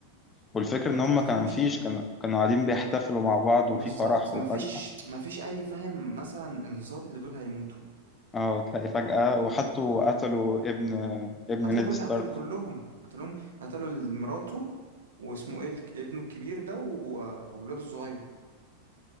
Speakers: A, on the left; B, on the right.
A: والفكرة
B: فأنت
A: ان هم
B: ما تفهمش
A: كان فيش كان كانوا قاعدين بيحتفلوا مع بعض
B: بالظبط
A: وفي فرح وفجأة
B: مفيش مفيش اي فاهم مثلا انذار اللي دول هيموتوا
A: اه تلاقي فجأة وحطوا قتلوا ابن ابن
B: قتلوا
A: نيد
B: كل
A: ستارك
B: كل كلهم قتلوهم قتلوا مراته واسمه ايه الك- ابنه الكبير ده و- وولاده الصغير